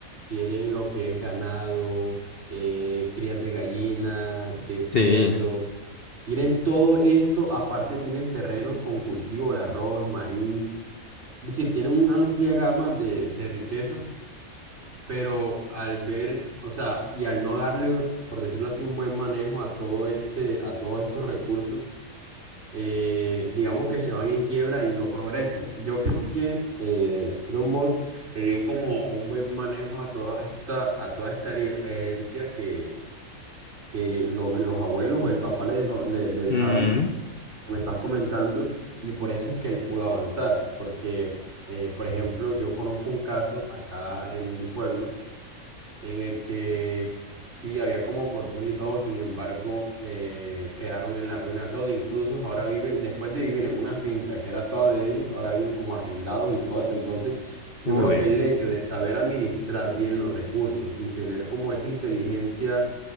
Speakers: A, on the right (about 50°); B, on the left (about 45°).
A: tienen lo que es ganado, eh, crías de gallina, de cerdo,
B: Sí.
A: tienen todo esto, aparte tienen terrenos con cultivo de arroz, maíz, es decir, tienen una amplia gama de, de riquezas pero al ver, o sea, y al no darle, por decirlo así, un buen manejo a todo este, a todos estos recursos, eh, digamos que se van en quiebra y no progresan. Yo creo que eh, Elon Musk le dio como un buen manejo a toda esta, a toda esta heri- herencia que, que lo- los abuelos o el papá le dejó, le, le dejaron,
B: Ujú.
A: que me estás comentando, y por eso es que él pudo avanzar, porque, eh, por ejemplo, yo conozco un caso acá en mi pueblo en el que sí había como fortuna y todo, sin embargo, eh, quedaron en la ruina todo, incluso ahora viven, después de vivir en una finca que era toda de ellos, ahora viven como arrendados y todo eso, entonces yo
B: Uy.
A: creo que el hecho de saber administrar bien los recursos y tener como esa inteligencia